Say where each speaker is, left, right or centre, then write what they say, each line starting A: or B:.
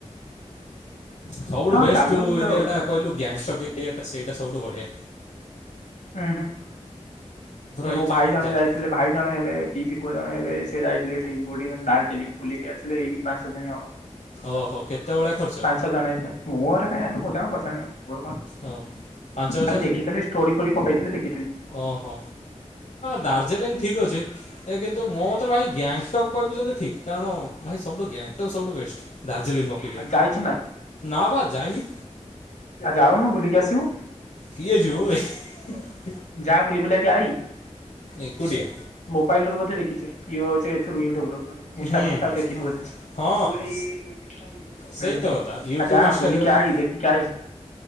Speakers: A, on the left (about 70°); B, on the left (about 80°).
A: ସବୁଠୁ
B: ହଁ
A: ବେଷ୍ଟ
B: ଚାଲୁ
A: ଯୋଉ
B: ଗୋଟେ
A: ଏରିଆ ଟା କହିଲୁ ଗ୍ୟାଙ୍ଗଟକ ଏରିଆ ଟା ସେଇଟା ସବୁଠୁ ବଢିଆ
B: ହୁଁ ହୁଁ
A: ହେଇଛି
B: ମୋ ଭାଇ
A: ମୁଁ
B: ଜଣେ
A: ଯାଏ
B: ଯାଇଥିଲେ ଭାଇ ଜଣେ ହେବେ ପିଇସୀ ପୁଅ ଜଣେ ହେବେ ସେ ଯାଇଥିଲେ ଏଇଠି କୋଉଠି କହିଲ ଦାର୍ଜିଲିଂ ବୁଲିକି ଆସିଲ ଏଇକି ପାଞ୍ଚ ସାତ ଦିନ ହବ
A: ଓହୋ କେତେ ଭଳିଆ ଖର୍ଚ୍ଚ
B: ପାଞ୍ଚ ଛଅ ଜଣ ହେଇଛ ମୁଁ ଆରେ କାଇଁ ଆଉ ମୁଁ ତାଙ୍କୁ ପଚାରିନି ଆଉ ମୋର କଣ
A: ଓ ପାଞ୍ଚ ହଜାର
B: ଖାଲି ଦେଖିଥିଲି ଷ୍ଟୋରି ଫୋରି ପକେଇଥିଲେ ଦେଖିଥିଲି
A: ଓହୋ ଦାର୍ଜିଲିଂ ଠିକ୍ ଅଛି ଏ କିନ୍ତୁ ମୋ ମତରେ ଭାଇ ଗ୍ୟାଙ୍ଗଷ୍ଟକ୍ କହିବି ଯଦି ଠିକ୍ କାରଣ ଭାଇ ସବୁଠୁ ଗ୍ୟାଙ୍ଗଟକ୍ ସବୁଠୁ ବେଷ୍ଟ ଦାର୍ଜିଲିଂ ଅପେକ୍ଷା
B: ଆଉ ଯାଇଛୁ ନା
A: ନା ବା ଯାଇନି
B: ଯାଉନୁ ବୁଲିକି ଆସିବୁ
A: କିଏ ଯିବ ୱେ
B: ଯା ବୁଲି ବୁଲା କି ଆଈ
A: ଏକୁଟିଆ।
B: ମୋବାଇଲ ରୁ ମଧ୍ୟ ଦେଖିଛି ଏଥିରୁ ୟୁଟୁବ ର ଇନ୍ସଟା
A: ହୁଁ
B: ଫିନ୍ସଟା
A: ହୁଁ
B: ଦେଖିଛୁ
A: ହଁ।
B: ବୋଧେ
A: ହଁ
B: ହୁଁ
A: ସେଇ
B: ହୁଁ
A: ତ କଥା ୟୁଟ୍ୟୁବ୍
B: ଆଉ ଯାହା
A: ଇନଷ୍ଟାଗ୍ରାମରେ
B: ବୁଲିକି ଆ କାଇ